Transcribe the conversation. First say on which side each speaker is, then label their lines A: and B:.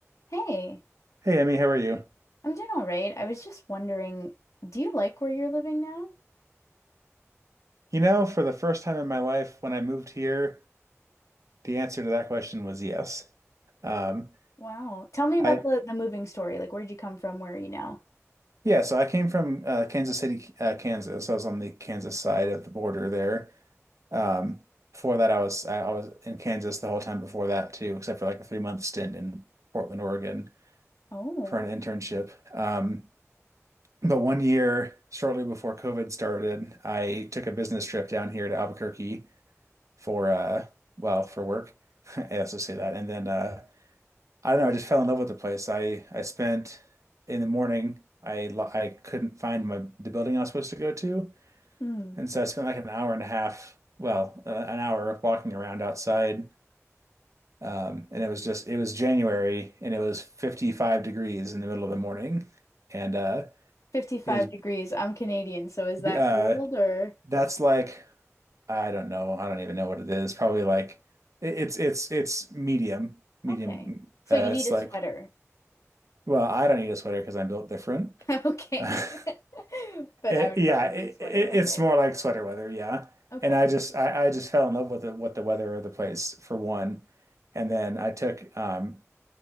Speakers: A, on the left; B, on the right.
A: Hey,
B: Hey Emmy, how are you?
A: I'm doing all right. I was just wondering, do you like where you're living now?
B: You know, for the first time in my life, when I moved here, the answer to that question was yes. Um,
A: Wow. Tell me
B: I
A: about the the moving story. Like, where'd you come from? Where are you now?
B: yeah, so I came from uh, Kansas City, uh, Kansas. I was on the Kansas side of the border there. Um, before that, I was I, I was in Kansas the whole time before that too, except for like a three month stint in Portland, Oregon
A: Oh,
B: for an internship. Um, but one year, shortly before COVID started, I took a business trip down here to Albuquerque for uh well for work. <laughs> I also say that. And then uh I don't know, I just fell in love with the place. I I spent in the morning I lo- I couldn't find my the building I was supposed to go to.
A: hmm.
B: And so I spent like an hour and a half, well, uh, an hour walking around outside. Um, and it was just it was January and it was 55 degrees in the middle of the morning. And uh
A: 55
B: it was
A: degrees. I'm Canadian, so is that
B: uh
A: cold or
B: that's like I don't know. I don't even know what it is. Probably like it- it's it's it's medium, medium.
A: okay. So
B: Uh,
A: you need
B: it's
A: a
B: like,
A: sweater. <laughs>
B: well, I don't need a sweater because I'm built different.
A: Okay.
B: <laughs>
A: <laughs> But
B: It,
A: I would
B: yeah,
A: probably
B: it,
A: need a sweater.
B: it,
A: Okay.
B: it's more like sweater weather. Yeah,
A: Okay.
B: and I just I, I just fell in love with the what the weather of the place for one, and then I took um